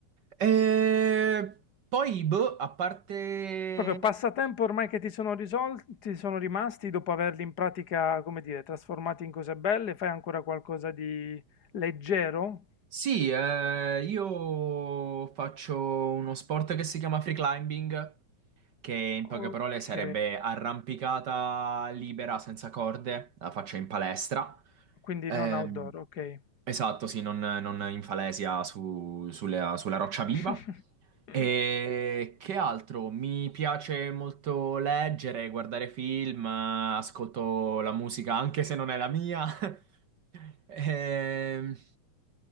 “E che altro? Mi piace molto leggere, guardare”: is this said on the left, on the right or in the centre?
Right